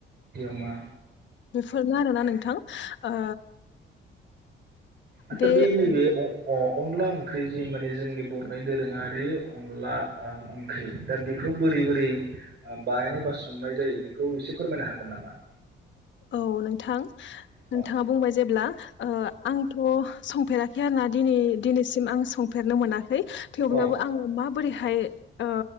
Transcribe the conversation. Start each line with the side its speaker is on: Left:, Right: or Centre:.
Right: मा
Left: बेफोरनो आरोना नोंथां ओ
Right: आतसा
Left: बे
Right: बि नैबे
Left: औ
Right: अ अनला ओंख्रि जि माने जोंनि बर'नि दोरोङारि अनला ओंख्रि दा बेखौ बोरै बोरै रै बानायनाय बा संनाय जायो बेखौ एसे फोरमायनो हागोन नामा।
Left: औ नोंथां नोंथाङा
Right: औ
Left: बुंबाय जेब्ला ओ आंथ' संफेराखै आरोना दिनै दिनैसिम आं सं फेरनो मोनाखै थेवब्लाबो
Right: औ
Left: आङो माबोरै हाय ओ